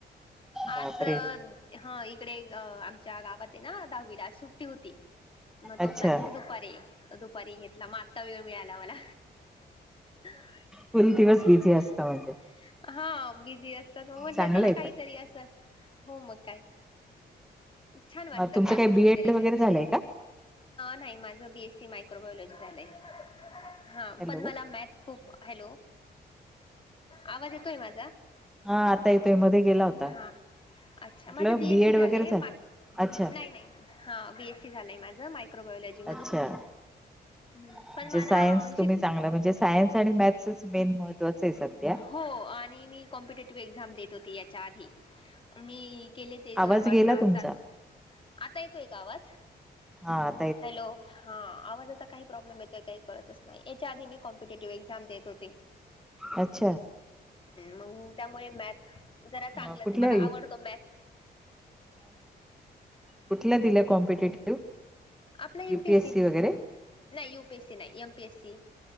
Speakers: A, on the left; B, in the centre.
A: आज
B: बापरे
A: हां इकडे. ज्या गावात आहे ना, दहावी ला सुट्टी होती. मग तो
B: अच्छा
A: क्लास मी दुपारी, दुपारी घेतला मग आत्ता वेळ मिळाला मला. <unintelligible>
B: फुल दिवस बिझी असता म्हणजे
A: हा, बिझी असतात मग म्हटलं,
B: चांगलं
A: चला
B: आहे
A: काहीतरी
B: पण
A: असं. हो मग काय, छान वाटत
B: अ, तुमचं
A: क्लासेस
B: काही बीएड
A: वगैरे घेऊन.
B: झालंय का
A: नाही माझ बीएससी मायक्रोबायोलॉजी झालंय, हं
B: हॅलो
A: पण मला मॅझ खूप हॅलो. आवाज येतोय माझा,
B: हा आता येतोय मध्ये गेला होता
A: हां. अच्छा,
B: म्हटलं
A: माझं बीएससी
B: बीएड
A: झालंय,
B: वगैरे झालं
A: मा
B: अच्छा
A: नाही नाही. हां, बीएससी झालंय माझं मायक्रोबायलॉजी.
B: अच्छा
A: <unintelligible>
B: म्हणजे
A: पण मला
B: सायन्स
A: शिक
B: तुम्ही चांगलं म्हणजे सायन्स आणि मॅथ मेन महत्त्वाचं. आहे सध्या
A: हो, आणि मी कॉम्पिटेटिव्ह एक्झाम देत होती. यांच्या आधी, मी केले ते जवळपास
B: आवाज गेला
A: सहा
B: तुमचा
A: सात, आता येतोय का आवाज?
B: हां.
A: हॅलो. हा, आवाजाचा काही प्रॉब्लेम येतोय काही कळतंच नाही. यांच्या आधी मी कॉम्पिटेटिव्ह एक्झाम देत होते.
B: अच्छा,
A: मग त्यामुळे मॅथ, जरा चांगलंच
B: म कुठल्या
A: ये, मला आवडतो मॅथ.
B: कुठलं दिलंय कॉम्पिटेटिव्ह
A: आपला एम
B: युपीएस
A: पी सीच
B: सी वगैरे,
A: नाही यूपीएस सी नाही, एमपीएस सी